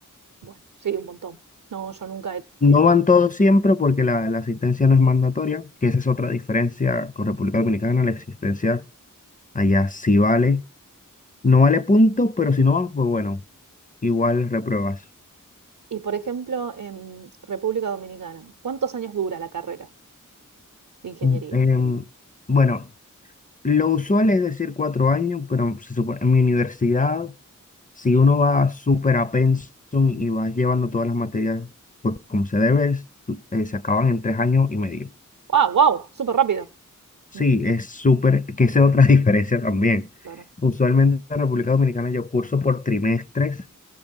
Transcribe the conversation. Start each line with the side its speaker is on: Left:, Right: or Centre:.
Right: Bueno, sí, un montón. No, yo nunca he
Left: No
Right: tenido.
Left: van todos siempre porque la, la asistencia no es mandatoria, que esa es otra diferencia con República Dominicana, la asistencia allá sí vale, no vale punto, pero si no vas, pues bueno, igual repruebas.
Right: Y por ejemplo, en República Dominicana, ¿cuántos años dura la carrera de ingeniería?
Left: Mm, em, bueno, lo usual es decir cuatro años, pero se supone- en mi universidad, si uno va súper a pensum y va llevando todas las materias, pues como se debe, es- tú- eh, se acaban en tres años y medio.
Right: ¡Wow, wow! Súper rápido.
Left: Sí,
Right: Mm,
Left: es súper, que esa es otra <laughs> diferencia también.
Right: claro.
Left: Usualmente en República Dominicana yo curso por trimestres,